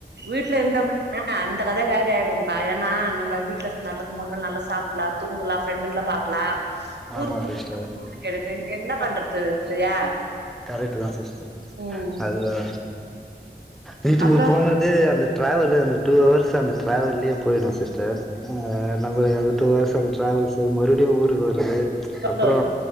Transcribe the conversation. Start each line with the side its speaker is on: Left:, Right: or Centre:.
Right: வீட்ல எந்த <unintelligible> அ அந்த கத வேற ஆயிடும்ப்பா ஏன்னா நம்ம வீட்ல நல்லது முன்ன நல்லா சாப்பிலா தூங்கலா ஃப்ரெண்டுங்கள பாக்கலா ஊருக்கு
Centre: ஆமா சிஸ்டர்
Right: <unintelligible> இங்க என்ன பண்றது இல்லையா
Centre: கரெக்ட்டு தா சிஸ்டர்
Right: ம்
Centre: அதுதா வீட்டுக்கு
Right: அப்புறோ
Centre: போன இது அந்த ட்ராவலு அந்த டூ ஹவர்ஸ் அந்த ட்ராவல்லேயே போயிடு சிஸ்டர் ஆ நம்ம அந்த டூஹர்ஸ் அந்த ட்ராவல்ஸ்சு மறுபடியு ஊருக்கு வர்றது அப்பறோ
Right: ஓ